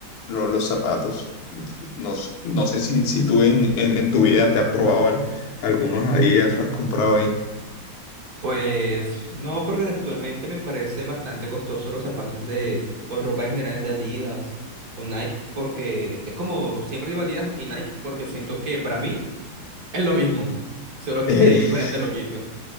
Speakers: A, on the left (about 80°); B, on the right (about 50°).
A: lo- los zapatos. No, s- no sé si, si tú en, en, en tu vida te has probado al- algunos Adidas o has comprado ahí.
B: Pues no, porque actualmente me parece bastante costoso los zapatos de, o ropa en general de Adidas o Nike, porque es como siempre digo Adidas y Nike, porque siento que para mí es lo mismo, solo
A: <laughs>
B: que <laughs> diferente lo quito.